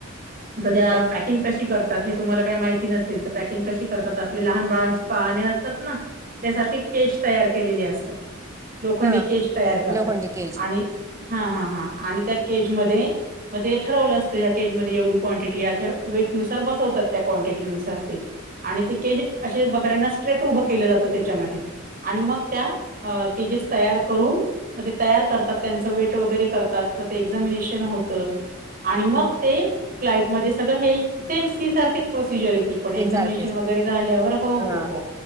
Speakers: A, on the right; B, on the right.
A: तर त्या
B: हा
A: पॅकिंग कशी करतात हे तुम्हाला काही माहिती नसेल तर पॅकिंग कशी करतात आपले लहान बाळांची असतात ना त्यासारखी केच तयार केलेली असतात. लोखंडी
B: हा
A: केज तयार करतात
B: लोखंडी केज
A: आणि हा, हा, हा आणि त्या केजमध्ये मग ते ठरवलं असत या केजमध्ये एवढी क्वांटिटी अशा वेटनुसार बसवतात त्या क्वांटिटी नुसार ते. आणि ते केश असे बकऱ्यांना स्ट्रेट उभं केलं जातं त्याच्यामध्ये. आणि मग त्या केजेस तयार करून मग ते तयार करतात त्यांच वेट वगैरे एक्झामिनेशन होत आणि
B: हम्म.
A: मग ते फ्लाईटमध्ये सगळं हे सेम सी सारखीच प्रोसिजर आहे ती पण एक्झामिनेशन
B: ते सारखेच
A: वगैरे झाल्यावर हो
B: हा
A: हो हो